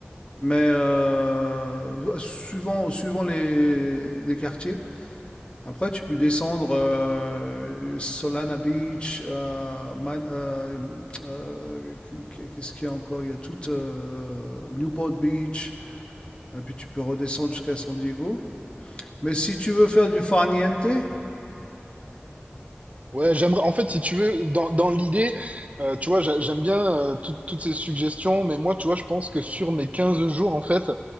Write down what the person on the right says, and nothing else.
Ouais, j'aimerais, en fait, si tu veux, dans, dans l'idée, euh, tu vois, j'a- j'aime bien euh, tout- toutes ces suggestions, mais moi, tu vois, je pense que sur mes 15 jours, en fait,